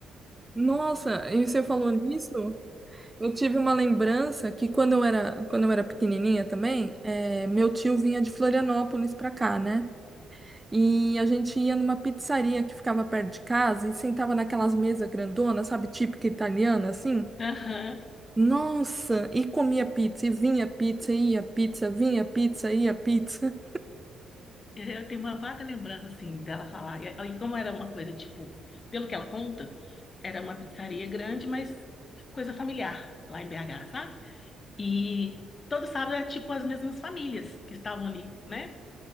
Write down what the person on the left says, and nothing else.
<laughs> Aham.
Eu tenho uma vaga lembrança, assim, dela falar. E e como era uma coisa, tipo, pelo que ela conta, era uma pizzaria grande, mas coisa familiar, lá em BH, sabe? E todo sábado era, tipo, as mesmas famílias que estavam ali, né?